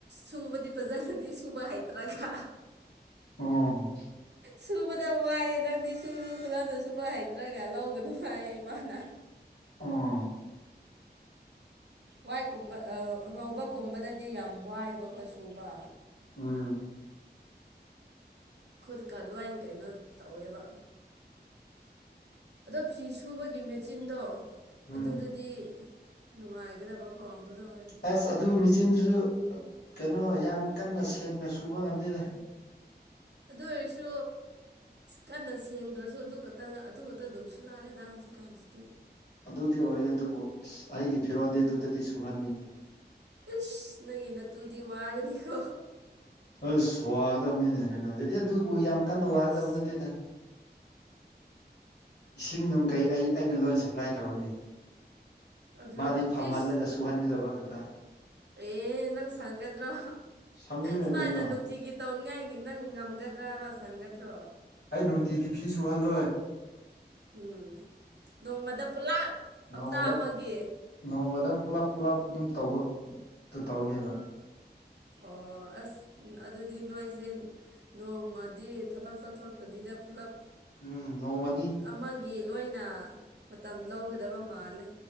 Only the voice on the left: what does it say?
ꯑꯣ
ꯑꯣ
ꯎꯝ
ꯎꯝ
ꯑꯁ ꯑꯗꯨ ꯃꯦꯆꯤꯟꯗꯨꯁꯨ ꯀꯩꯅꯣ ꯌꯥꯝ ꯀꯟꯅ ꯁꯦꯡꯅ ꯁꯨꯕ ꯉꯝꯗꯦꯗ
ꯑꯗꯨꯗꯤ ꯑꯣꯏ ꯑꯗꯨꯕꯨ ꯑꯩꯒꯤ ꯐꯤꯔꯣꯟꯗꯤ ꯑꯗꯨꯗꯗꯤ ꯁꯨꯍꯟꯅꯤꯡꯗꯦ
ꯑꯁ ꯋꯥꯒꯗꯕꯅꯤꯅꯦ ꯀꯩꯅꯣ ꯑꯦ ꯑꯗꯨꯕꯨ ꯌꯥꯝ ꯀꯟꯅ ꯋꯥꯒꯗꯕ
ꯅꯠꯇꯦꯗ ꯏꯁꯤꯡ ꯅꯨꯡ ꯀꯩ ꯑꯩ ꯑꯩꯅ ꯂꯣꯏ ꯁꯄ꯭ꯂꯥꯏ ꯇꯧꯔꯅꯤ
ꯃꯥꯗꯤ ꯐꯝꯍꯜꯂꯒ
ꯇꯨꯍꯥꯟꯒꯗꯕ ꯈꯛꯇ
ꯁꯪꯅꯤꯅꯦ
ꯀꯩꯅꯣ
ꯑꯩ ꯅꯨꯡꯇꯤꯒꯤ ꯐꯤꯁꯨ ꯍꯜꯂꯣꯏ
ꯅꯣꯡꯃꯗ
ꯅꯣꯡꯃꯗ ꯄꯨꯂꯞ ꯄꯨꯂꯞ ꯑꯗꯨꯝ ꯇꯧꯕꯗꯨ ꯇꯧꯅꯦꯕ
ꯎꯝ ꯅꯣꯡꯃꯗꯤ